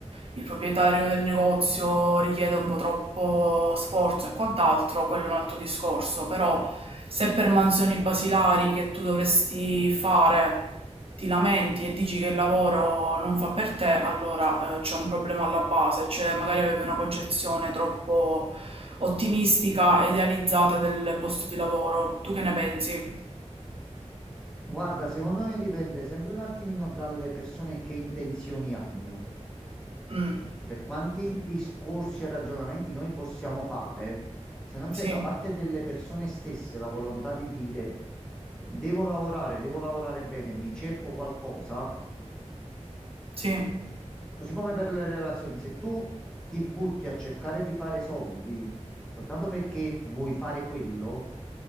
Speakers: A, on the right; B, in the centre.
A: il proprietario del negozio richiede un po' troppo sforzo e quant'altro, quello è un altro discorso, però se per mansioni basilari che tu dovresti fare ti lamenti e dici che il lavoro non fa per te, allora eh, c'è un problema alla base, cioè magari avevi una concezione troppo ottimistica, e idealizzata del posto di lavoro. Tu che ne pensi?
B: Guarda, secondo me dipende sempre un attimino dalle persone che intenzioni hanno.
A: Mm,
B: che per quanti discorsi e ragionamenti noi possiamo fare, se non c'è
A: sì,
B: da parte delle persone stesse la volontà di dire devo lavorare, devo lavorare bene, mi cerco qualcosa,
A: sì,
B: così come per le relazioni, se tu ti butti a cercare di fare soldi soltanto perché vuoi fare quello,